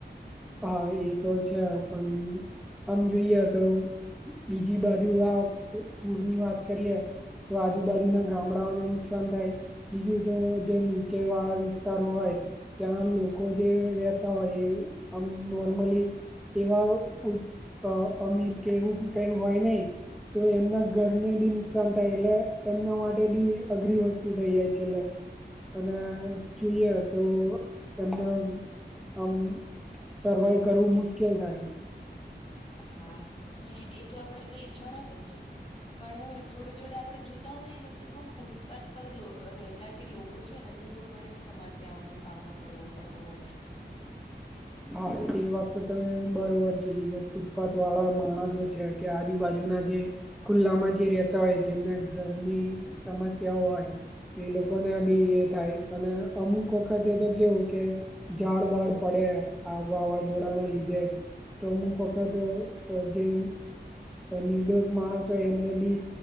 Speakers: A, in the centre; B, on the left (about 35°).
A: હા ઈ તો છે પણ આમ જોઈએ તો બીજી બાજુ આ પૂરની વાત કરીએ. તો આજુબાજુના ગામડાઓને નુકસાન થાય. બીજું તો જે નિચેવાળા વિસ્તાર હોય ત્યાંના લોકો જે રહેતા હોય આમ નોર્મલી એવા ઉપ અ અમીર કે એવું કઈ હોય નઈ. તો એમના ઘરને બી નુકસાન થાય એટલે એમના માટે બી અઘરી વસ્તુ થઈ જાય છેલ્લે. અને જોઈએ તો એમને આમ સર્વાય કરવું મુશ્કેલ થાય.
B: હા અને એ તો આપડે કઈ બરાબર છે. પણ જોડે જોડે આપડે જોતા હોઈએ. ને તો કોક ફૂટપાથ પર અ રહેતા. જે લોકો ઓ છે. ને એમને તો ઘણી જ સમસ્યાઓનો સામનો કરવો પડતો હોય છે.
A: હા એ વાત તો બરોબર કીધી કે ફૂટપાથ વાળા માણસો છે. કે આજુબાજુના જે. ખુલ્લામાં જે રહેતા હોય. જેમને ઘરની સમસ્યાઓ હોય. તે એ લોકોને બી એ થાય. અને અમુક વખતે તો કેવું કે. ઝાડ વાળ પડે. આ વાવાઝોડાના લીધે તો અમુક વખત જે. નિર્દોષ માણસ હોય. એમને બી